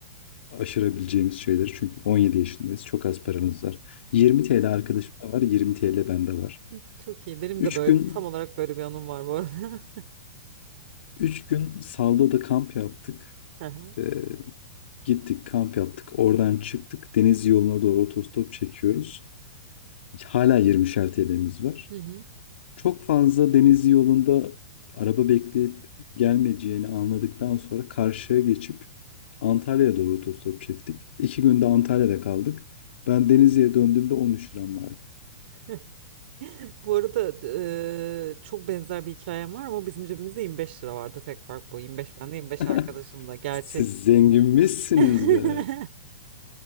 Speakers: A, on the left; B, on the right.
A: aşırabileceğimiz şeyleri. Çünkü 17 yaşındayız. Çok az paramız var. 20 TL arkadaşımda var. 20 TL bende var.
B: <laughs> Çok iyi. Benim
A: 3
B: de böyle
A: gün
B: tam olarak böyle bir anım var bu arada.
A: 3 gün Salda'da kamp yaptık.
B: <laughs> Aha.
A: E, Gittik kamp yaptık. Oradan çıktık. Deniz yoluna doğru otostop çekiyoruz. Hala 20'şer TL'miz var.
B: Hı hı.
A: Çok fazla deniz yolunda araba bekleyip gelmeyeceğini anladıktan sonra karşıya geçip Antalya'ya doğru otostop çektik. İki günde Antalya'da kaldık. Ben Denizli'ye döndüğümde 13 liram vardı.
B: <laughs> Bu arada eee, çok benzer bir hikayem var ama bizim cebimizde 25 lira vardı. Tek fark bu. 25 bende 25 arkadaşımla.
A: <laughs>
B: Gerçek
A: Siz zenginmişsiniz
B: <laughs>
A: be.